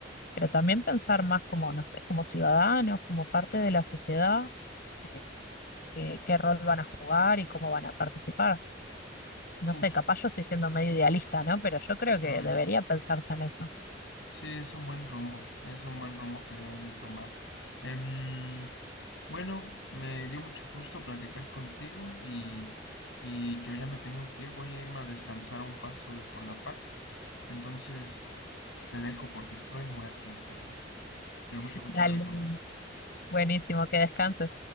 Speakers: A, on the left; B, on the left.
A: pero también pensar más como, no sé, como ciudadanos, como parte de la sociedad, eh, qué, qué rol van a jugar y cómo van a participar. No
B: justo.
A: sé, capaz yo estoy siendo medio idealista, ¿no? Pero yo creo
B: No,
A: que
B: no.
A: debería pensarse en eso.
B: Sí, es un buen rumbo, es un buen rumbo que deben de tomar. Em, bueno, me dio mucho gusto platicar contigo y, y yo ya me tengo que ir, voy a irme a descansar a un paso de por la fac. Entonces, te dejo porque estoy muerto, en serio. Me dio
A: <laughs>
B: mucho gusto hablar
A: Dale,
B: contigo.
A: buenísimo, que descanses.